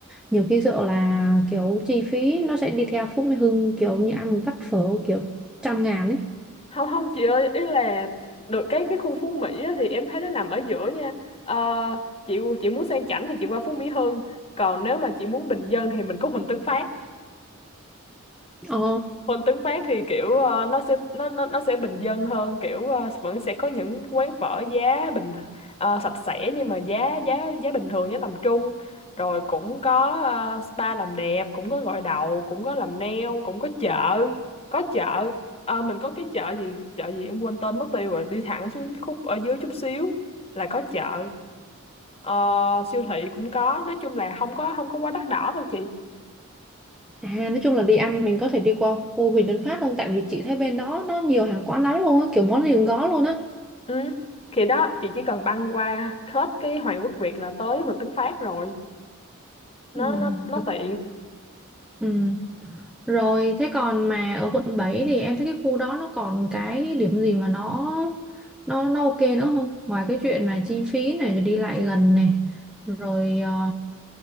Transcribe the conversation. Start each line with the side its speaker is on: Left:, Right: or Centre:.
Centre: nhiều khi sợ là kiểu chi phí nó sẽ đi theo Phú Mỹ Hưng kiểu như ăn một bát phở kiểu trăm ngàn ấy
Left: không không chị ơi ý là được cái cái khu Phú Mỹ á, thì em thấy nó nằm ở giữa nha Ờ, chị chị muốn sang chảnh thì chị qua Phú Mỹ Hưng còn nếu mà chị muốn bình dân thì mình có Huỳnh Tấn Phát
Centre: ồ
Left: Môn tiếng Pháp thì kiểu ờ, nó sẽ nó nó nó sẽ bình dân hơn kiểu ờ, vẫn sẽ có những quán phở giá bình ờ, sạch sẽ nhưng mà giá giá giá bình thường giá tầm trung rồi cũng có ờ, spa làm đẹp cũng có gội đầu cũng có làm nail cũng có chợ có chợ Ờ, mình có cái chợ gì chợ gì em quên tên mất tiêu rồi đi thẳng xuống khúc ở dưới chút xíu là có chợ Ờ, siêu thị cũng có nói chung là không có không có quá đắt đỏ đâu chị
Centre: À, nói chung là đi ăn mình có thể đi qua khu Huỳnh Tấn Phát đâu Tại vì chị thấy bên đó nó nhiều hàng quán lắm luôn á, kiểu món gì cũng có luôn á.
Left: Ừ. Thì đó chị chỉ cần băng qua hết cái Hoàng Quốc Việt là tới Vịnh Tấn Phát rồi nó
Centre: Ừ,
Left: nó nó
Centre: hợp-
Left: tiện
Centre: Ừ. Rồi thế còn mà ở quận 7 thì em thấy cái khu đó nó còn cái điểm gì mà nó nó nó ok nữa không? Ngoài cái chuyện mà chi phí này rồi đi lại gần này, rồi ờ,